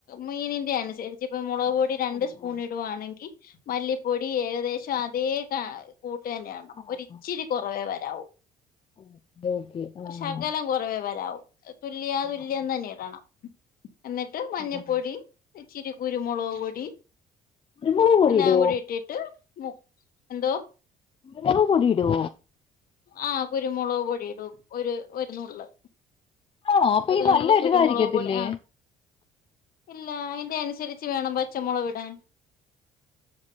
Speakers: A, on the left; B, on the left.
A: മീനിന്റെ അനുസരിച്ച് ഇപ്പം മുളക് പൊടി രണ്ട്
B: ഓഹ്
A: സ്പൂൺ
B: ഓഹ്
A: ഇടുവാണെങ്കിൽ മല്ലിപ്പൊടി ഏകദേശം അതേ ക കൂട്ട് തന്നെയാവണം
B: ആഹ്
A: ഒരിച്ചിരി കുറവേ വരാവൂ
B: ഓക്കെ ഓക്കെ ആഹ്
A: ശകലം കുറവേ വരാവൂ തുല്യാതുല്യം
B: ആഹ്
A: തന്നെ ഇടണം എന്നിട്ട് മഞ്ഞപ്പൊടി
B: ആഹ്
A: ച്ചിരി കുരുമുളക് പൊടി
B: കുരുമുളക് പൊടി
A: എല്ലാം
B: ഇടുവോ
A: കൂടി ഇട്ടിട്ട് മു എന്തോ
B: മുളക്പൊടിടോ
A: ആ കുരുമുളക് പൊടീടും ഒരു ഒരുനുള്ള്
B: ആണോ അപ്പൊ
A: ഒരുനുള്ള്
B: ഈ നല്ല എരിവായിരിക്കത്തില്ലേ
A: കുരുമുളക്പൊടി ആഹ് ഇല്ലാ അതിന്റെ അനുസരിച്ച് വേണം പച്ചമുളക് വിടാൻ